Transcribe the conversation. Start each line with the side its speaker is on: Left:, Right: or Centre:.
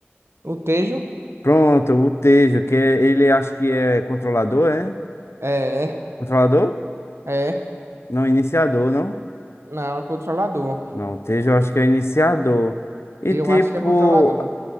Right: O Tejo?
Left: Pronto, o Tejo, que é, ele acho que é controlador, é?
Right: É,
Left: Controlador?
Right: é.
Left: Não, iniciador, não?
Right: Não, é controlador.
Left: Não, o Tejo eu acho que é iniciador. E
Right: Eu
Left: tipo,
Right: acho que é controlador.